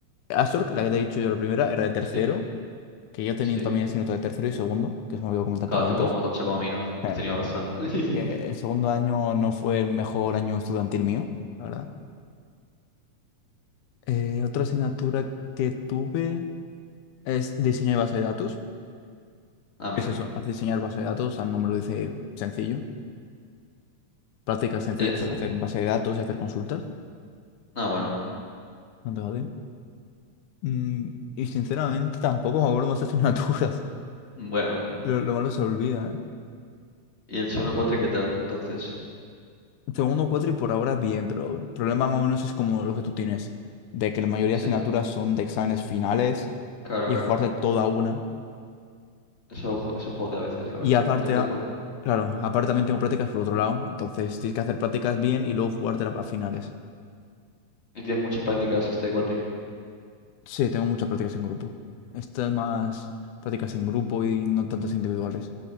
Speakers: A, on the left; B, on the left.
A: Astorg, la que te he dicho yo la primera, era de tercero,
B: Sí,
A: que yo tenía
B: sí.
A: también asignatura de tercero y segundo, que eso me olvidó comentártelo
B: Claro, tú
A: antes.
B: como
A: <laughs>
B: te pasa como a mí, ¿no?
A: Eh,
B: Has tenido arrastrando. <laughs>
A: que el segundo año no fue el mejor año estudiantil mío, la verdad. Eh, otra asignatura que tuve es diseño de base de datos.
B: Ah, mira.
A: Es eso, haz diseñar base de datos, al nombre lo dice sencillo. Prácticas sencillas
B: Eh,
A: es hacer base de datos y hacer consultas.
B: ah, bueno.
A: No tengo bien. Mm, y sinceramente tampoco me acuerdo más asignaturas. <laughs>
B: Bueno.
A: Lo, lo malo se olvida,
B: ¿Y el segundo cuatri qué tal? Entonces,
A: ¿eh? Segundo cuatro y por ahora bien, pero el problema más o menos es como lo que tú tienes, de que la mayoría
B: sí,
A: de asignaturas son de exámenes finales
B: claro,
A: y
B: claro.
A: jugarte toda una.
B: Eso, jo- eso jode a veces, la verdad.
A: Y aparte,
B: Te
A: a-
B: jode.
A: claro, aparte también tengo prácticas por otro lado. Entonces tienes que hacer prácticas bien y luego jugarte a finales.
B: Y tienes muchas prácticas este cuatri.
A: Sí, tengo muchas prácticas en grupo. Esto es más prácticas en grupo y no tantas individuales.